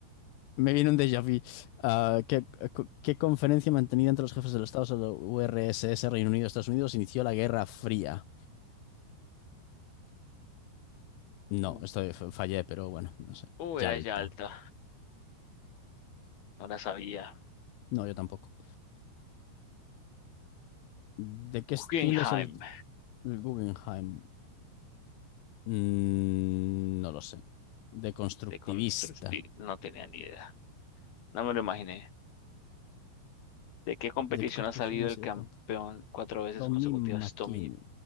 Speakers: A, on the left; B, on the left.
A: Me viene un déjà vu. Ah, ¿qué, cu- qué conferencia mantenida entre los jefes de los Estados de la URSS, Reino Unido, Estados Unidos, inició la Guerra Fría? No,
B: Uh,
A: esto f- fallé, pero bueno, no sé.
B: uh,
A: Yalta.
B: era Yalta, no la sabía.
A: No, yo tampoco. ¿De qué estilo
B: Guggenheim.
A: es el, el Guggenheim? Mm, no lo sé. De constructivista.
B: De construir, no tenía ni idea. No me lo imaginé. ¿De qué competición
A: ¿De qué competición
B: ha salido
A: ha
B: el
A: sido
B: campeón
A: campeón?
B: cuatro veces
A: Tommy
B: consecutivas,
A: McKinnon.
B: Tommy